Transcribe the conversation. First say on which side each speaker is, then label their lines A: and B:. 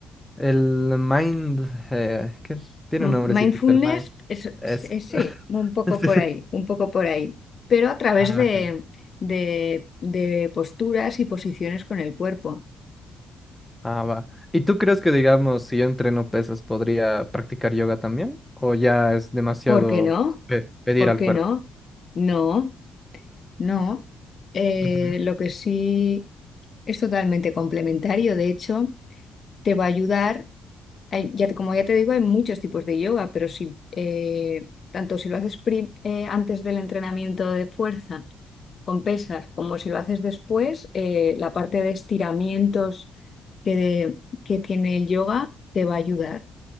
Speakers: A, in the centre; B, on the left.
A: el mind, eh, ¿qué? Tiene
B: M-
A: un nombrecito,
B: Mindfulness
A: el mind.
B: es,
A: Eso.
B: es- sí, un poco
A: <laughs>
B: por ahí, un poco por ahí, pero a través
A: Ah,
B: de,
A: ok.
B: de de posturas y posiciones con el cuerpo.
A: Ah, va. ¿Y tú crees que, digamos, si yo entreno pesas, podría practicar yoga también? ¿O ya es demasiado
B: ¿Por qué no?
A: pe- pedir
B: ¿Por
A: al
B: qué
A: cuerpo?
B: no? No, no. Eh,
A: Ujú.
B: lo que sí es totalmente complementario. De hecho, te va a ayudar. hay- ya, te- como ya te digo, hay muchos tipos de yoga, pero si eh, tanto si lo haces pri- eh, antes del entrenamiento de fuerza con pesas, como si lo haces después, eh, la parte de estiramientos que, de- que tiene el yoga te va a ayudar